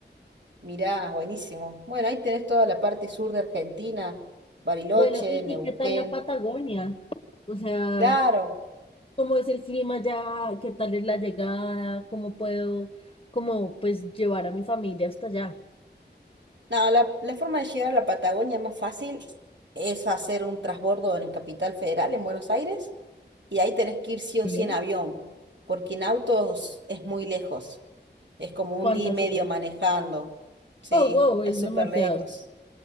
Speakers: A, on the right (about 80°); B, on the left (about 35°).
A: Mirá, buenísimo. Bueno, ahí tenés toda la parte sur de Argentina, Bariloche,
B: Bueno, ¿y,
A: Neuquén.
B: y qué tal la Patagonia? O sea,
A: Claro.
B: ¿cómo es el clima ya? ¿Qué tal es la llegada? ¿Cómo puedo, como, pues, llevar a mi familia hasta allá?
A: No, la, la forma de llegar a la Patagonia más fácil es hacer un transbordo en Capital Federal, en Buenos Aires, y ahí tenés que ir sí o
B: Sí.
A: sí en avión, porque en autos es muy lejos, es como un
B: ¿Cuántas
A: día y medio
B: horas?
A: manejando, sí,
B: Oh, wow,
A: es
B: es demasiado.
A: súper lejos,